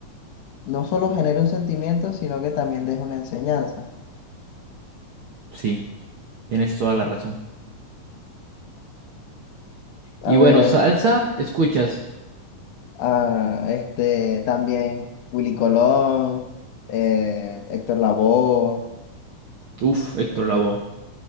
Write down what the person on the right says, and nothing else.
Sí, tienes toda la razón.
Y bueno,
salsa, escuchas.
Uf, Héctor
Lavoe,